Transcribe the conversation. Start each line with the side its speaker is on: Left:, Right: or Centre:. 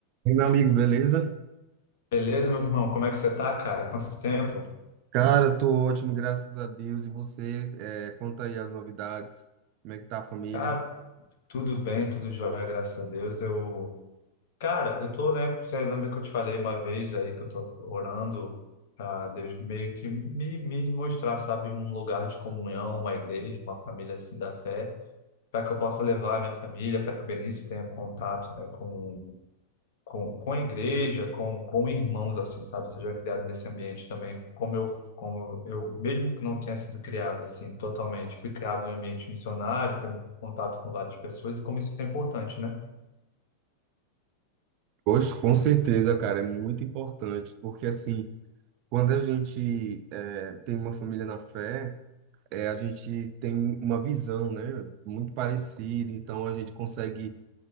Right: E meu amigo, beleza?
Left: Beleza, meu irmão? Como é que você tá, cara? Quanto tempo?
Right: Cara, tô ótimo, graças a Deus. E você, é, conta aí as novidades, como é que tá a família?
Left: Cara, tudo bem, tudo jóia, graças a Deus. Eu, cara, eu tô, né? Você lembra que eu te falei uma vez aí que eu tô orando a Deus meio que me, me mostrar, sabe, um lugar de comunhão, uma igreja, uma família assim da fé, para que eu possa levar a minha família, para que o Benício tenha contato, né, com com, com a igreja, com, com irmãos, assim, sabe? Seja criado nesse ambiente também, como eu, como eu, mesmo que não tenha sido criado, assim, totalmente, fui criado em um ambiente missionário, tendo contato com várias pessoas, e como isso é importante, né?
Right: Poxa, com certeza, cara, é muito importante, porque assim, quando a gente é, tem uma família na fé, é, a gente tem uma visão, né, muito parecida, então a gente consegue